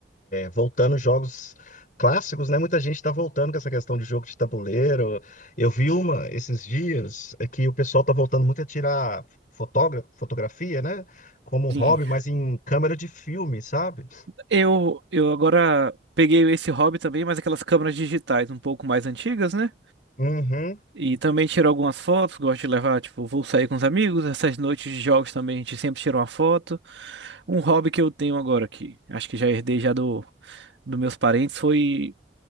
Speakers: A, on the left; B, on the right.
A: voltando jogos clássicos, né? Muita gente está voltando com essa questão de jogo de tabuleiro. Eu vi uma esses dias é que o pessoal tá voltando muito a tirar fotógra fotografia, né? Como hobby,
B: Sim.
A: mas em câmera de filme, sabe?
B: Eu, eu agora peguei esse hobby também, mas aquelas câmeras digitais um pouco mais antigas, né?
A: Uhum.
B: E também tiro algumas fotos, gosto de levar, tipo, vou sair com os amigos, essas noites de jogos também a gente sempre tira uma foto. Um hobby que eu tenho agora, que acho que já herdei já do, dos meus parentes, foi